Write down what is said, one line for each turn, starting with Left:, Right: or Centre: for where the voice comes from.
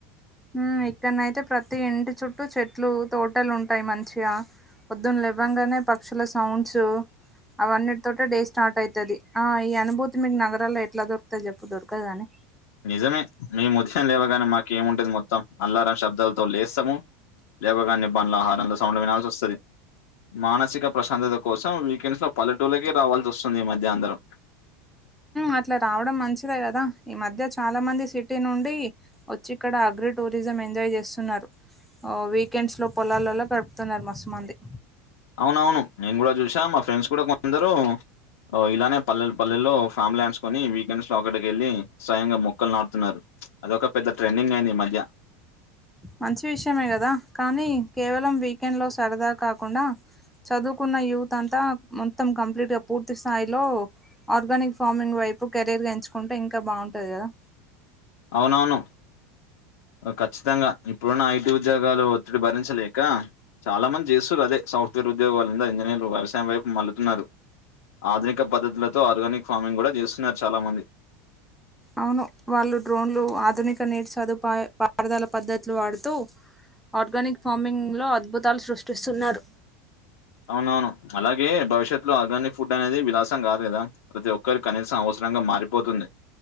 Centre: ఉ ఇక్కనయితే ప్రతి ఇంటి చుట్టూ చెట్లు తోటలు ఉంటాయి మంచిగా పొద్దున్న లేవ్వంగానే పక్షుల సౌండ్స్ అవన్నిటి తోటె డే స్టార్ట్ అయితది ఆ ఈ అనుభూతి మీకు నగరాల్లో ఎట్లా దొరుకుతది చెప్పు దొరకదు గని
Left: నిజమే మే ఉదయం లేవగానే మాకేముంటది మొత్తం అల్లారం శబ్దాలతో లేస్తాము లేవగానే బండ్ల హారన్ ల సౌండ్ వినాల్సి వస్తది మానసిక ప్రశాంతత కోసం వీకెండ్స్లో పల్లెటూళ్లకే రావాల్సి వస్తుంది ఈ మధ్య అందరం
Centre: అట్లా రావడం మంచిదే కదా ఈ మధ్య చాలా మంది సిటీ నుండి వచ్చి ఇక్కడ అగ్రి టూ టూరిజం ఎంజాయ్ చేస్తున్నారు వీకెండ్స్ లో పొలాలలో గడుపుతున్నారు మస్తు మంది
Left: అవునవును నేను కూడా చూసా మా ఫ్రెండ్స్ కూడా కొందరు ఇలానే పల్లెలు పల్లెల్లో ఫ్యామిలీ ఆంచుకుని వీకెండ్స్ లో అక్కడి కేళ్ళి స్వయంగా మొక్కలు నాటుతున్నారు అదొక పెద్ద ట్రెండింగ్ అయింది ఈ మధ్య
Centre: మంచి విషయమే కదా కానీ కేవలం వీకెండ్ లో సరదా కాకుండా చదువుకున్న యుత్ అంతా మొత్తం కంప్లీట్ గా పూర్తి స్థాయిలో ఆర్గానిక్ ఫార్మింగ్ వైపు కెరీర్గా ఎంచుకుంటే ఇంకా బాగుంటది కదా
Left: అవునవును ఖచ్చితంగా ఇప్పుడున్న ఐటీ ఉద్యోగాలు ఒత్తిడి భరించలేక చాలా మంది చేస్తురు అదే సాఫ్ట్వేర్ రు ఉద్యోగులందా ఇంజనీర్లు వ్యవసయం వైపు మల్లుతున్నారు ఆధునిక పద్ధతులతో ఆర్గానిక్ ఫార్మింగ్ కూడా చేస్తున్నారు చాలా మంది
Centre: అవును వాళ్ళు డ్రోన్లు ఆధునిక నీటి సదుపాయ పారుదాల పద్ధతులు వాడుతూ ఆర్గానిక్ ఫార్మింగ్ లో అద్భుతాలు సృష్టిస్తున్నారు
Left: అవునవును, అలాగే భవిష్యత్ లో ఆర్గానిక్ ఫుడ్ అనేది విలాసం కాదు కదా. ప్రతి ఒక్కరి కనీసం అవసరంగా మారిపోతుంది.